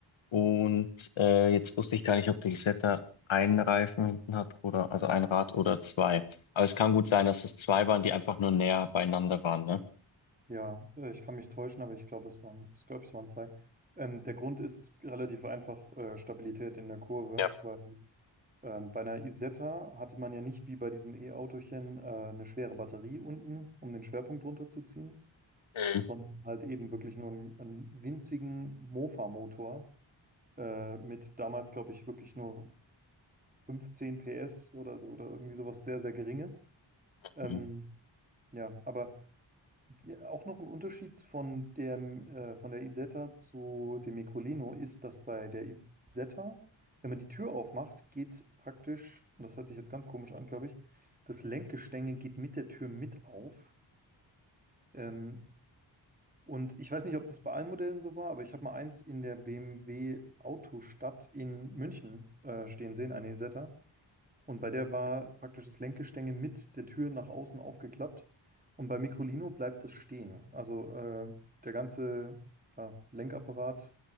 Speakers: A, on the left; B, on the right.
A: Und äh, jetzt wusste ich gar nicht, ob der Isetta einen Reifen hinten hat oder also ein Rad oder zwei. Aber es kann gut sein, dass es zwei waren, die einfach nur näher beieinander waren, ne?
B: Ja, äh, ich kann mich täuschen, aber ich glaube, es waren, ich glaube, es waren zwei. Ähm, der Grund ist relativ einfach, äh, Stabilität in der Kurve,
A: Ja.
B: weil ähm, bei einer Isetta hatte man ja nicht wie bei diesem E-Autochen äh, eine schwere Batterie unten, um den Schwerpunkt runterzuziehen,
A: Mhm.
B: sondern halt eben wirklich nur einen, einen winzigen Mofa-Motor äh, mit damals, glaube ich, wirklich nur 15 PS oder, oder irgendwie sowas sehr, sehr Geringes. Ähm,
A: Mhm.
B: ja, aber auch noch ein Unterschied von dem, äh, von der Isetta zu dem Microlino ist, dass bei der Isetta, wenn man die Tür aufmacht, geht praktisch, und das hört sich jetzt ganz komisch an, glaube ich, das Lenkgestänge geht mit der Tür mit auf. Ähm, und ich weiß nicht, ob das bei allen Modellen so war, aber ich habe mal eins in der BMW Autostadt in München äh, stehen sehen, eine Isetta. Und bei der war praktisch das Lenkgestänge mit der Tür nach außen aufgeklappt. Und bei Microlino bleibt das stehen. Also äh, der ganze ja, Lenkapparat,